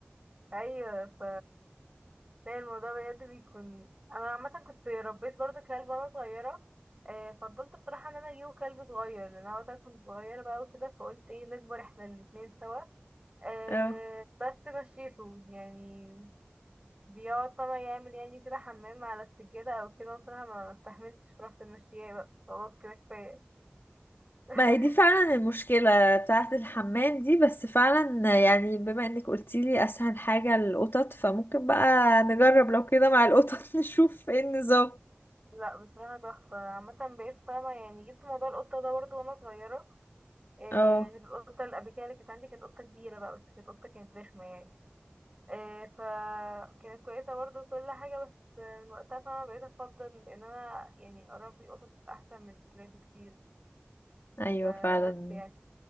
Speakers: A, on the right; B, on the left.
A: ايوه ف لا الموضوع بجد بيكون انا عامة كنت ربيت برضو كلب وانا صغيرة آه، فضلت بصراحة ان انا اجيبه كلب صغير لان انا وقتها كنت صغيرة بقى وكده فقلت ايه نكبر احنا الاتنين سوا
B: <laughs>
A: آه،
B: اه
A: بس مشيته يعني بيقعد فما يعمل يعني كده حمام على السجادة او كده بصراحة ما ما استحملتش رحت ماشياه بقى خلاص كده كفاية <laughs>
B: ما هي دي فعلا المشكله بتاعه الحمام دي بس فعلا يعني بما انك قلتيلي اسهل حاجه القطط فممكن بقى نجرب لو كده مع القطط <laughs> نشوف ايه النظام
A: لا بصراحة تحفة عامة بقيت فاهمة يعني جبت موضوع القطة ده برضه وانا صغيرة إيه
B: اه
A: غير القطة اللي قبل كده اللي كانت عندي كانت قطة كبيرة بقى بس كانت قطة كانت رخمة يعني إيه فكانت كويسة برضه كل حاجة بس من وقتها فاهمة بقيت أفضل إن أنا يعني أربي قطط أحسن من الكلاب بكتير
B: ايوه
A: فبس
B: فعلا
A: يعني